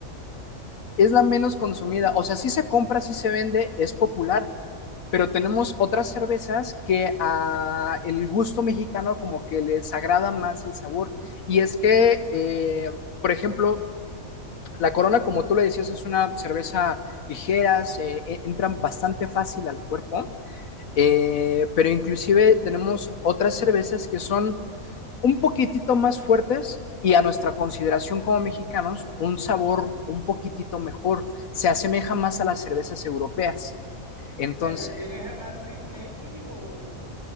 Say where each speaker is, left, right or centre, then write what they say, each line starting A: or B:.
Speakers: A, on the left; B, on the right.
A: Es la menos consumida. O sea, sí se compra, sí se vende, es popular pero tenemos otras cervezas que a el gusto mexicano como que les agrada más el sabor. Y es que, eh, por ejemplo, la Corona, como tú le decías, es una cerveza ligera, eh, e, entran bastante fácil al cuerpo, eh, pero inclusive tenemos otras cervezas que son un poquitito más fuertes y a nuestra consideración como mexicanos, un sabor un poquitito mejor, se asemeja más a las cervezas europeas. Entonces,
B: ¿Te refieres a la triple X o